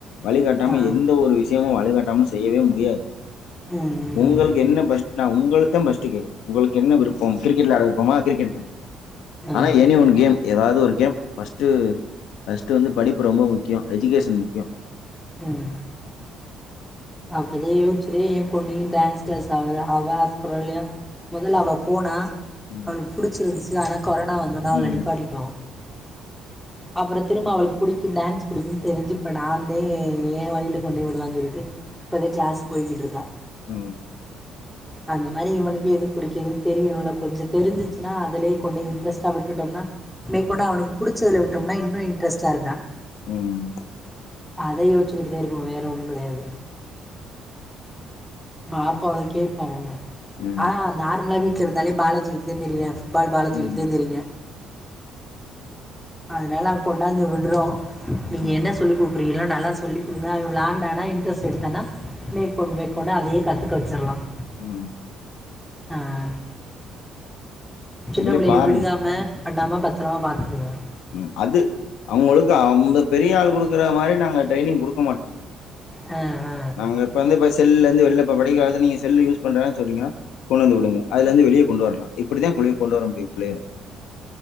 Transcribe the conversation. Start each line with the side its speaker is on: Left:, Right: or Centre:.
Left: வழிகாட்டாம
Centre: ஆ
Left: எந்த ஒரு வி ச்யமா வழிகாட்டாம செய்யவே முடியாது
Centre: ம் ம்
Left: உங்களுக்கு என்ன ப்ரச்ன உங்களுக் தம் ஃபஸ்ட்டு கேக்கனு உங்ளுக்கு என்ன விருப்பம் கிரிக்கெட் விளாட விருப்பமா கிரிக்கெட்கு அனுப்புங்க
Centre: ஆ
Left: ஆனா எனி ஒன் கேம் எதாது ஒரு கேம் ஃபஸ்ட்டு ஃபஸ்ட்டு வந்து படிப்பு ரொம்ப முக்கியொ எஜிகேஷன் முக்கியொ
Centre: உம் அப்டிதா யோச்சுதே ஏ பொண்ணையு டான்ஸ் கிளாஸ் அவ ஆசப்படுறால்லொயோ மொதல்ல அவ போனா
Left: ம்,
Centre: அவளுக்கு புடிச்சிருந்துச்சு ஆனா கொரோனா வந்தோனா அவள
Left: ம்,
Centre: நிப்பாட்டிட்டோ அப்புறொ திரும்ப அவளுக்கு புடிக்கு டான்ஸ் புடிக்கும்னு தெரிஞ்சு இப்ப நாந்தே ஏ வழில கொண்டொய் விடலான் சொல்ட்டு இப்பதே கிளாஸ் போய்கிட்ருக்கா
Left: ம்,
Centre: அந்த மாரி இவனுக்கு எது பிடிக்குது தெரியனுல்ல கொஞ்ச தெரிஞ்சுச்சினா அதுலேய் கொண்டய் இன்ட்ரெஸ்ட் டா விட்டுட்டோம்னா மேகொண்டு அவனுக்கு புடிச்சதலு விட்டோம்னா இன்னு இன்ட்ரெஸ்ட்டா இருப்பியா
Left: ம்,
Centre: அதையோச்சு <unintelligible> இருக்கு வேற ஒன்னு கெடையாது பாப்பாவுக்கே பாவொ
Left: ம்,
Centre: ஆ ஹா நார்மலா வீ ட்ல இருந்தாலே பாலாஜி ‌வீடுதே தெரியு பால் பாலாஜி
Left: ம்,
Centre: வீடுதே தெரிவியா அதுனால கொண்டாந்து விட்றோ நீங்க
Left: ம்,
Centre: என்ன சொல்லிக் கொடுக்குறீங்களோ நல்லா சொ சொல்லி கொடுங்க அவன் விளான்டானா இன்ட்ரெஸ்ட் எடுத்தானா மேகொண்டு மேகொண்டு அதையே கத்துக்க வச்சுர்லாம்
Left: ம்.
Centre: அம் சின்ன
Left: நீங்களே
Centre: பிள்ளைக
Left: பாருங்க.
Centre: விழுகாம பண்ணாம பத்திரமாக பாத்துக்கங்க
Left: ம் அது அவங்களவுக்கு அவங்க பெரிய ஆள் குடுக்குற மாதிரி நாங்க ட்ரைனிங் கொடுக்க மாட்டோம்
Centre: ஆ ஆ
Left: நாங்க இப்ப வந்து இப்ப செல்ல வெளில படிக்கவாவது நீங்க செல்லு யூஸ் பண்றதுனா சொல்றீங்கனா கொண்டு வந்து விடுங்க அதுலேந்து வெளிய கொண்டு வாங்க இப்படித்தான் குழிக்கு கொண்டு வர முடியும் பிள்ளைைய